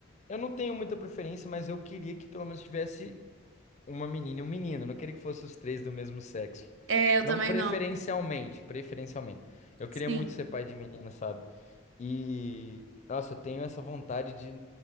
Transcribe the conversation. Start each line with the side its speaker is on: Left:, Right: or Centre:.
Left: eu não tenho muita preferência, mas eu queria que pelo menos tivesse uma menina e um menino. Eu Não queria que fossem os três do mesmo sexo.
Right: É, eu
Left: Não
Right: também
Left: preferencialmente,
Right: não.
Left: preferencialmente. Eu queria
Right: Sim.
Left: muito ser pai de menina, sabe? E, nossa, eu tenho essa vontade de,